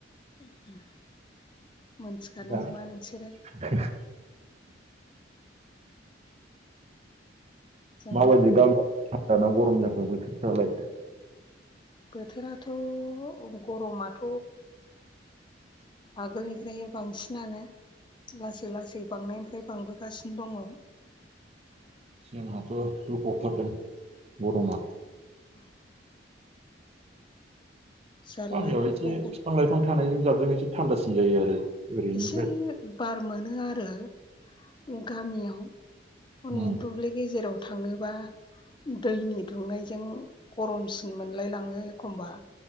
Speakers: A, on the left (about 25°); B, on the right (about 35°).
A: <inaudible> <unintelligible> <inaudible> मोनथिखानाय
B: दा
A: नङा नोंसोरो
B: <unintelligible>
A: जोंहा
B: माबादि दामा? दाना गरम जाखो बोथोर फ्रालाय?
A: बोथोराथ' गरमाथ' आगोल निफ्राय बांसिनानो लासै लासै बांनायनिफ्राय बांबो गासिनो दङ।
B: जोंहाथ' होफब थारदों गरमा।
A: मा? जारला
B: गामियाव एसे
A: बे
B: बिफां लाइफां थानायजों जाबजों एसे थान्दासिन जायो आरो। ओरैनिफ्राय
A: एसे बार मोनो आरो गामियाव। हनै
B: उम
A: दुब्लि गेजेराव थाङोबा दैनि दुंनायजों गरमसिन मोनलाय लाङो। खमबा